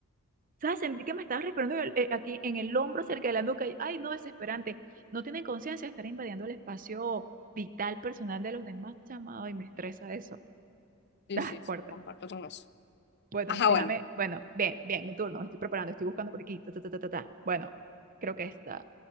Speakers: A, on the right (about 40°); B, on the left (about 55°).
A: ¿Sabes? Sentí que me estaba respirando en el- eh, aquí en el hombro, cerca de la nuca. y, Ay, no, desesperante. No tienen conciencia de estar invadiendo el espacio vital personal de los demás, chamado, y me estresa eso.
B: Sí,
A: <laughs>
B: sí,
A: Ah,
B: sí,
A: fuerte.
B: comparto con eso.
A: Bueno,
B: Ajá,
A: déjame.
B: bueno.
A: Bueno, bien, bien, mi turno. Me estoy preparando, estoy buscando por aquí. ta, ta, ta, ta, ta, ta. Bueno, creo que esta,